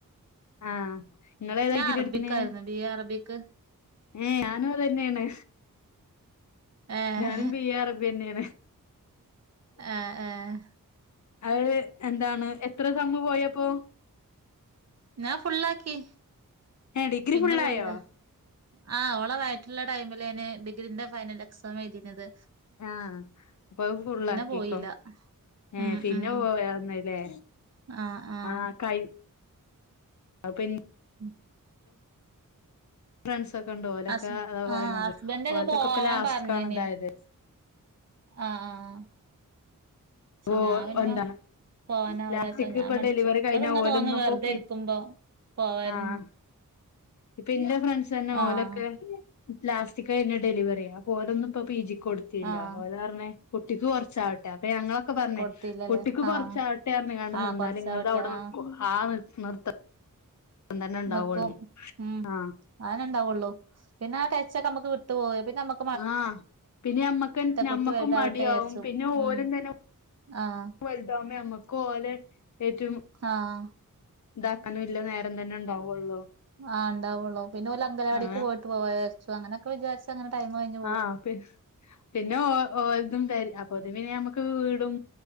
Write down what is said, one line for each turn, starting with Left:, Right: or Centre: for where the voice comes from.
Left: ആഹ് നിങ്ങള ഏതാ
Right: ഞാൻ
Left: ഡിഗ്രി
Right: അറബിക്കായിരുന്നു
Left: എടുത്തിന്
Right: ബി എ അറബിക്
Left: ഏഹ് ഞാനും അത് തന്നെയാണ്.
Right: ഏഹ്
Left: ഞാനും ബി എ അറബി തന്നെയാണ്.
Right: ആഹ് ആഹ്
Left: അത് എന്താണ് എത്ര സമ് പോയപ്പോ
Right: ഞാന് ഫുള്ളാക്കി
Left: ഏഹ് ഡിഗ്രി
Right: പിന്നെ
Left: ഫുള്ളായോ
Right: പോയില്ല ആഹ് ഓളെവയറ്റില് ഇള്ള ടൈമിലന്നെ ഡിഗ്രീന്റെ ഫൈനൽ എക്സാം എഴുതിയുന്നത്
Left: ആഹ് അപ്പൊ അത് ഫുള്ളാക്കിക്കോ
Right: പോയില്ല
Left: ഏഹ്
Right: ഉം
Left: പിന്നെ
Right: ഉം
Left: പോയന്നല്ലേ
Right: ആഹ് ആഹ്
Left: ആ കൈ അത് പിന്നെ
Right: <inaudible>
Left: ഫ്രണ്ട്സ ഒക്കെ ഉണ്ട് ഓലൊക്കെ
Right: ഹസ്
Left: അതാ പറയണുന്നത്
Right: ആഹ് ഹസ്ബൻഡൊക്കെ
Left: ഓലത്തൊക്കെ
Right: പോവാൻ
Left: ഇപ്പൊ ലാസ്റ്റ്
Right: പറഞ്ഞീനി
Left: കാണ് ഇതായത്
Right: ആഹ് ആഹ് പക്ഷെ
Left: ഓഹ്
Right: ഞാൻ പിന്നെ
Left: വന്താണ്
Right: പോവാനാവൂലാച്ച
Left: ലാസ്റ്റിക്
Right: ഞാൻ
Left: ഇപ്പൊ
Right: മടിച്ചു
Left: ഡെലിവറി
Right: ഇപ്പ
Left: കഴിഞ്ഞ
Right: ഇങ്ങ
Left: ഓലൊന്നുംപ്പോ
Right: തോന്നും വെറുതെ
Left: പിന്നെ
Right: ഇരിക്കുമ്പോ പോവായിരുന്നു
Left: ആഹ് ഇപ്പൊ എന്റെ ഫ്രണ്ട്സ് തന്നെ
Right: ആഹ്
Left: ഓലൊക്കെ ലാസ്റ്റ് കഴിഞ്ഞ ഡെലിവറി അപ്പോലൊന്നും ഇപ്പൊ പി ജിക്ക് കൊടുത്തില്ല
Right: ആഹ്
Left: ഓലറഞ്ഞെ കുട്ടിക്ക് കുറച്ചാവട്ടെ അപ്പൊ ഞങ്ങളൊക്കെ പറഞ്ഞെ
Right: കൊടുത്തില്ലല്ലേ
Left: കുട്ടിക്ക്
Right: ആഹ്
Left: കുറച്ച ആട്ടെ പറഞ്ഞ്കാണ്ട്
Right: ആഹ്
Left: നിന്നാല്
Right: കൊറച്ചാവട്ടെ
Left: നിങ്ങളുടെ അവിടെ നിക്കും
Right: ആഹ്
Left: ആഹ് നിർത്ത ത്തം തന്നെ ഉണ്ടാവുള്ളൂ
Right: നിക്കും ഉം
Left: ആ
Right: അനെ ഉണ്ടാവുള്ളു. പിന്നെ ആ ടെച്ചൊക്കെ നമ്മുക്ക് വിട്ടുപോവും പിന്നെ നമ്മുക്ക്
Left: ആഹ് പിന്നെ മ്മക്ക് ഞമ്മക്കും
Right: കുട്ടി വലുതാവട്ടെ
Left: മടിയാവും
Right: വിചാരിച്ചും
Left: പിന്നെ ഓരുതന്നെ
Right: ഉം ആഹ്
Left: വലുതാമേ അമ്മക്ക് ഓലെ ഏറ്റവും
Right: ആഹ്
Left: ഇതാക്കാനും ഇല്ല നേരം തന്നെ ഉണ്ടാവുള്ളൂ
Right: ആ ഉണ്ടാവുള്ളൂ പിന്നെ ഓല് അങ്കലവാടിക്ക്
Left: അങ്ങനെ
Right: പോയിട്ട് പോവ വിചാരിച്ചു അങ്ങനൊക്കെ വിചാരിച്ച് അങ്ങനെ ടൈം കഴിഞ്ഞ് പോകും
Left: ആഹ് പിന്നെ ഓ ഓല്തും ത അപ്പൊതും പിനെ നമ്മക്ക് വീടും